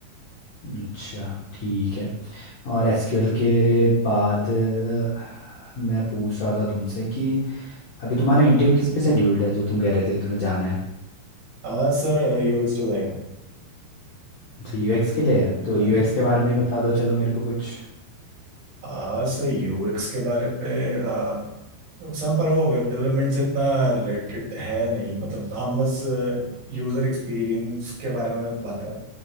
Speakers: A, on the left; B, on the right.
A: अच्छा ठीक है और एसक्यूएल के बाद अ, मैं पूछ रहा था तुमसे कि अभी तुम्हारा इंटरव्यू किस पे शेड्यूल्ड है जो तुम कह रहे थे तुम्हें जाना है
B: अ, Sir UX designer
A: अच्छा यूएक्स के लिए है तो
B: हाँ
A: यूएक्स के बारे में ही बता दो चलो मेरे को कुछ
B: हाँ सर यूएक्स के बारे पे अ, सर पर वो वेब डेवलपमेंट से इतना रिलेटेड है नहीं मतलब हम बस यूजर एक्सपीरियंस के बारे में बातें